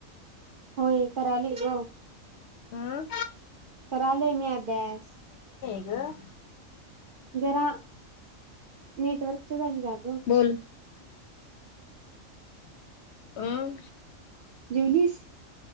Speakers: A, on the right; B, on the left.
A: होय. कल जा
B: हं
A: कल मी अभ्यास
B: या
A: जरा नेटवर्क चल रा गो
B: बोल अम
A: जवलीस